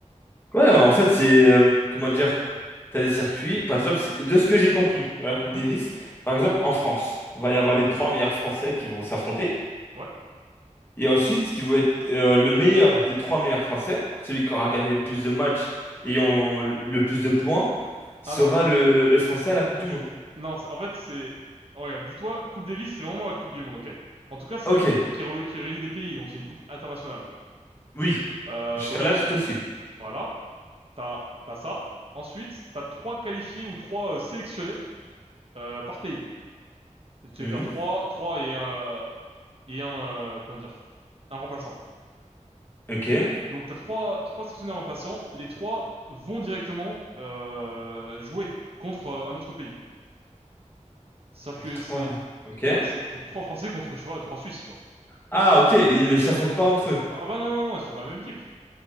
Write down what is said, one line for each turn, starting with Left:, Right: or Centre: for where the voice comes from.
Left: Ouais, en fait c'est euh, comment dire? T'as les circuits. Par exemple, si- de ce que j'ai compris à la Coupe
Right: Mhm.
Left: Davis, par exemple, en France, on va y
Right: Ouais,
Left: avoir les trois meilleurs Français qui vont s'affronter.
Right: ouais.
Left: Et ensuite, ce qui va être euh, le meilleur des trois meilleurs Français, celui qui aura gagné le plus de matchs et en- le plus de points, sera
Right: Ah non.
Left: le, le Français à la Coupe du Monde.
Right: Non, c'est- en fait, c'est... oh, Regarde, dis-toi, Coupe Davis, c'est vraiment la Coupe du Monde, ok? En tout cas, c'est
Left: Ok,
Right: la coupe qui, re- qui réunit des pays, donc c'est une coupe internationale.
Left: oui.
Right: Euh,
Left: Jusqu'à
Right: donc,
Left: là, je te suis.
Right: voilà, t'as, t'as ça. Ensuite, t'as trois qualifiés ou trois euh, sélectionnés euh, par pays. Tu
Left: Mhm.
Right: vas vers trois, trois et un... Et un... euh, comment dire? Un remplaçant.
Left: Ok. Les
Right: Donc, t'as trois, trois sélectionnés remplaçants. Les trois vont directement euh, jouer contre euh, un autre pays. Sauf que
Left: trois.
Right: c'est...
Left: Ok.
Right: Tu vois, c'est donc trois Français contre, je sais pas, trois Suisses, quoi.
Left: Ah, ok, ils ne s'affrontent pas entre eux.
Right: Ah bah non, non, non, ils sont dans la même équipe.